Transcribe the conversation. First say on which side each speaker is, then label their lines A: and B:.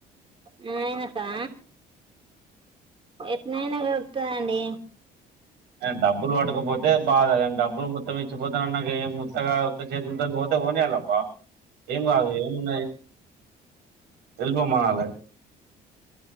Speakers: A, on the right; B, on the right.
A: మాఆయనకా ఎట్నైనా కలుగుతుందండి
B: ఆయన డబ్బులు పట్టకపోతే బాగాని డబ్బులు మొత్తం ఇచ్చిపోతున్నా నాకు ఏం ముత్తగా ఉత్త చేతి ఉంటుంది పోతే నియాలబ్బా ఏం కాదు ఏమున్నాయి ఎల్ప మనాల